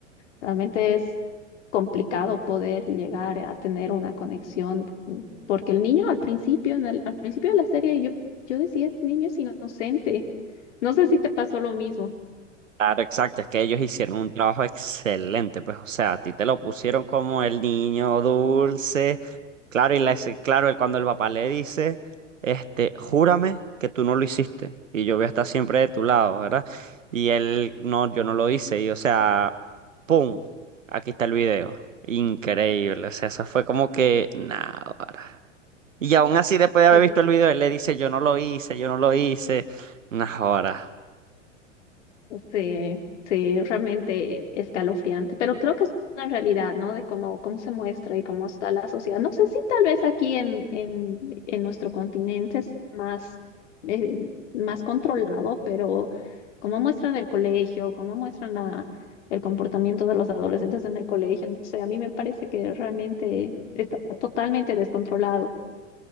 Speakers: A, on the left; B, on the right.
A: Realmente es complicado poder llegar a tener una conexión, mm, porque el niño al principio, en el- al principio de la serie, yo, yo decía, este niño es inocente. No sé si te pasó lo mismo.
B: Claro, exacto, es que ellos hicieron un trabajo excelente, pues, o sea, a ti te lo pusieron como el niño dulce. Claro, y la- claro, el- cuando el papá le dice, este, júrame que tú no lo hiciste y yo voy a estar siempre de tu lado, ¿verdad? Y él, no, yo no lo hice, y o sea, ¡pum! Aquí está el video. Increíble, o sea, eso fue como que, nada. Y aún así, después de haber
A: Es,
B: visto el video, él le dice, yo no lo hice, yo no lo hice. Unas horas.
A: Sí, sí, realmente escalofriante, pero creo que es una realidad, ¿no? De cómo, cómo se muestra y cómo está la sociedad. No sé si tal vez aquí en, en, en nuestro continente es más, eh, más controlado, pero cómo muestran el colegio, cómo muestran la, el comportamiento de los adolescentes en el colegio, no sé, a mí me parece que realmente está totalmente descontrolado